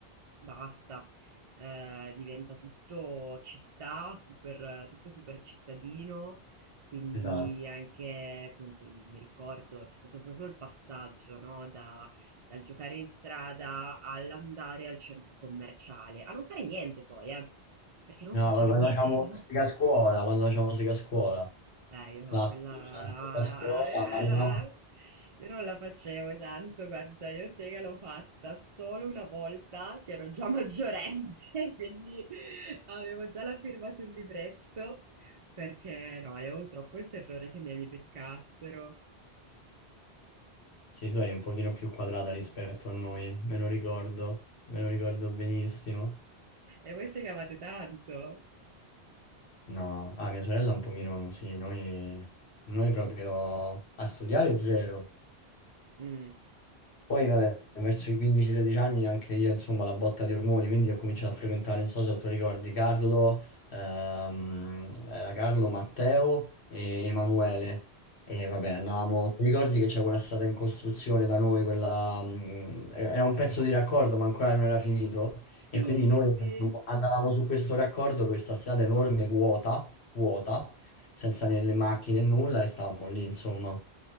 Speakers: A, on the right; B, on the left.
A: basta, Eh, diventa tutto città, super, tutto super cittadino quindi
B: Esatto.
A: anche, appunto, il- mi ricordo, c'è stato proprio il passaggio, no? Da, dal giocare in strada all'andare al centro commerciale, a non fare niente poi, eh, perché non
B: No,
A: facevi
B: ma quando
A: niente.
B: facciamo
A: <laughs>
B: sega a scuola, quando facciamo sega a scuola,
A: Eh, io
B: classica,
A: quella... <laughs>
B: sega a scuola, Marina
A: eh, Io non la facevo tanto, guarda, io sega l'ho fatta solo una volta che ero già maggiorenne, <laughs> quindi avevo già la firma sul libretto, perché no, io avevo troppo il terrore che i miei mi beccassero.
B: Sì, tu eri un pochino più quadrata rispetto a noi, me lo ricordo, me lo ricordo benissimo.
A: E voi segavate tanto?
B: No, ah, mia sorella un pochino, sì, noi, noi proprio a studiare zero,
A: Mm.
B: Poi, vabbè, verso i 15-16 anni anche io, insomma, la botta di ormoni, quindi ho cominciato a frequentare, non so se tu ricordi, Carlo, ehm, era Carlo, Matteo e Emanuele. E vabbè, andavamo, ti ricordi che c'è quella strada in costruzione da noi, quella, mm, era un pezzo di raccordo, ma ancora non era finito.
A: Sì,
B: E quindi
A: sì,
B: noi
A: sì, sì,
B: andavamo su questo raccordo, questa strada enorme, vuota, vuota, senza né le macchine e nulla, e stavamo lì, insomma.